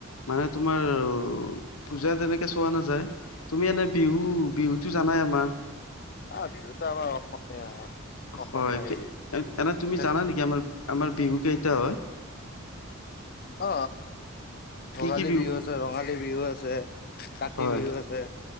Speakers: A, on the left; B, on the left.
A: মানে তোমাৰ পূজা তেনেকে চোৱা নাযায় তুমি এনে বিহু বিহুতো জানাই আমাৰ।
B: অ বিহুত আমাৰ অসমীয়া অসমীয়া
A: হয়
B: হেৰি
A: এনে তুমি
B: ফেচ-
A: জানা নেকি আমাৰ আমাৰ বিহু কেইটা হয়?
B: অ ভোগালী
A: কি কি
B: বিহু আছে, ৰঙালী বিহু আছে, কাতি
A: হয়
B: বিহু আছে,